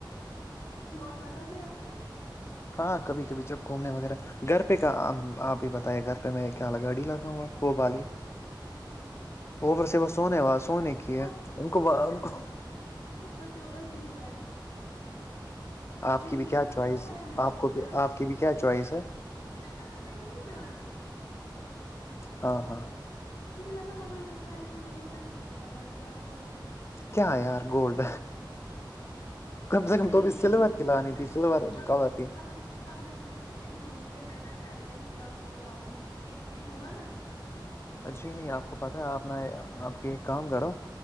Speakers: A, on the left (about 80°); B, on the left (about 35°).
A: نہیں نہیں وہ آپ لگا کے رکھتے ہو <unintelligible>
B: ہاں کبھی کبھی جب گھومنے وغیرہ گھر پہ کیا آپ ہی بتائیے گھر پہ میں کیا گاڑی لگاؤں آپ وہ بی
A: نہیں
B: اوبر سے بس سونے واہ سونے کی ہے
A: ا
B: ان کو
A: اوپر
B: ان
A: سے وہ
B: کو
A: اوپر سے وہ عجیب ہے
B: آپ
A: نہیں
B: کی بھی
A: نہیں
B: کیا
A: کو
B: چوائس
A: پتا ہے میں
B: آپ کو بھی
A: میں
B: آپ کی بھی کیا چوائس ہے
A: میں تب تمہیں نہیں جانتی تھی <unintelligible>
B: ہاں ہاں
A: مجھے لگا وہاں کے سائے سے ویسا ہی کلر لگاتے ہوں گے
B: کیا یار گولڈ کم سے کم
A: نہیں
B: تو بھی
A: نہیں
B: سلور کی لانی
A: اب میں
B: تھی سلور
A: سوچ اب
B: کلر کی
A: اب میں اب میں سوچ رہی ہوں کہ میں نا ٹائیٹین کے آپ کو بلاؤں گی پھر سیم سیم ہوگا نا
B: جی نہیں آپ کو پتہ ہے اپنا آپ کے ایک کام کرو